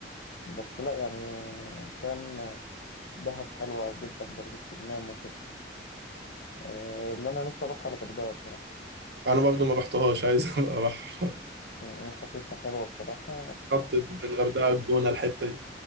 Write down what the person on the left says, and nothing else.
بس لا يعني فاهم دهب حلوه جدا برضه استجمام وكده آه، اللي انا نفسي اروحها الغردقه بصراحه
مم، حاسسها حلوه بصراحه